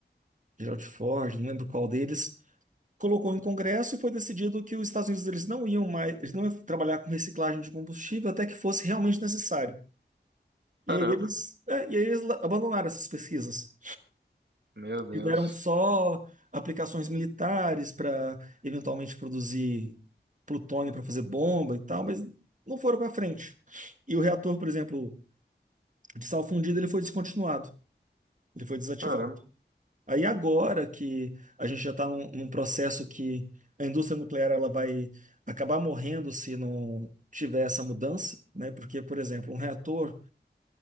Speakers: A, on the right; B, on the right.
A: Gerald Ford, não lembro qual deles, colocou em Congresso e foi decidido que os Estados Unidos eles não iam mais, eles não iam trabalhar com reciclagem de combustível até que fosse realmente necessário. E
B: Caramba.
A: aí eles, é, e aí eles la- abandonaram essas pesquisas.
B: Meu Deus.
A: Tiveram só aplicações militares para eventualmente produzir plutônio para fazer bomba e tal, mas não foram para frente. E o reator, por exemplo, de sal fundido, ele foi descontinuado, ele foi desativado.
B: Caramba.
A: Aí agora que a gente já está num, num processo que a indústria nuclear ela vai acabar morrendo se não tiver essa mudança, né? Porque, por exemplo, um reator